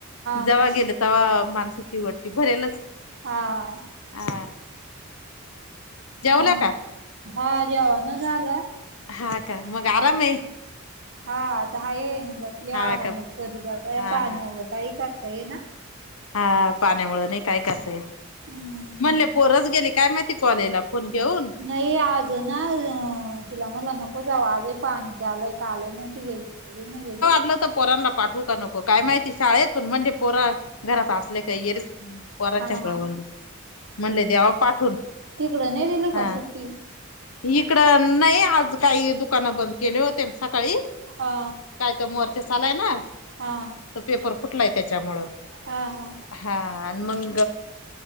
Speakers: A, on the left; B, on the right.
A: जेव्हा
B: मग
A: गेलं तेव्हा माणसाची वट्टी भरेलच.
B: हां
A: ह जेवला
B: मग
A: का?
B: हा जेवण झालं.
A: हा का मग आराम आहे.
B: हा आता आहे. बसले
A: हा
B: आरामच
A: का
B: करते. या
A: हा
B: पाण्यामूळ
A: हा
B: काही करता येईना.
A: हा पाण्यामुळे नाही काय करता येत.
B: हम्म,
A: म्हणले पोरच गेली. काय माहिती कॉलेजला फोन घेऊन.
B: नाही. आज ना तिला मला नको जावं आज पाणी आलंय. का आलंय नव्हती गेली नव्हती गेली.
A: म्हणलं होत पोराना पाठवू. करू नको. काय माहिती शाळेत म्हणले म्हणजे पोरा घरात असले का येळ पोरांच्या
B: हा
A: जवळ म्हणले देवा पाठवून.
B: तिकडं नाही दिली
A: हा
B: का सुट्टी?
A: इकडं नाही आज काही दुकानं बंद केली होते. मी सकाळी
B: हा.
A: काय तर मोर्चा चालू आहे ना.
B: हा.
A: पेपर फुटलाय त्याच्यामुळं
B: हा हा.
A: हा आणि मग